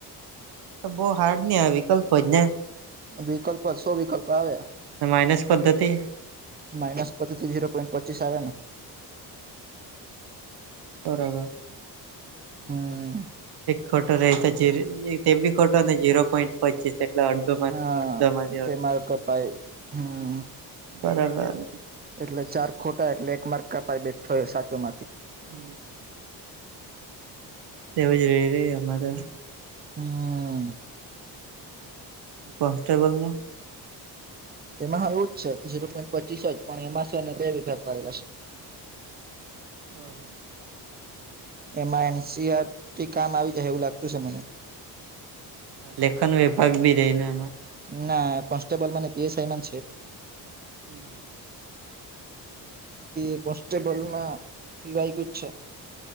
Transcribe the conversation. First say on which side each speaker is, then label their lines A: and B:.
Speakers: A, on the right; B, on the right.
A: એ તો બહુ હાર્ડ ની આવે વિકલ્પ જ હોય ને?
B: વિકલ્પ શો વિકલ્પ આવે.
A: ને માઇનસ પદ્ધતિ
B: માઇનસ પતિ થી ઝીરો પોઈન્ટ પચીસ આવે ને,
A: બરાબર
B: હમ
A: ખોટો રહે તો બી ખોટો ને જીરો પોઇન્ટ પચીસ એટલે અડધો માંથી
B: હા
A: અડધો માંથી
B: તે
A: અડધો
B: માર્ક કપાય હમ
A: બરાબર!
B: એટલે ચાર ખોટા એટલે એક માર્ક કપાય બેઠો સાચોમાંથી
A: હમ એવ જ રહી એમાં તો
B: હમ
A: કોન્સ્ટેબલ
B: એમાં હો એવું જ છે ઝીરો પોઈન્ટ પચીસ જ પણ એમાં છેને બે વિભાગ પાડેલા.
A: હ હા
B: એમાં એનસીઆર થી કામ આવી જાય એવું લાગતું છે મને.
A: લેખન વિભાગ ભી રેઇ ને.
B: ના કોન્સ્ટેબલ મને પીએસઆઈ મા છે.
A: હમ હમ
B: એ કોન્સ્ટેબલમાં વાઈક જ છે.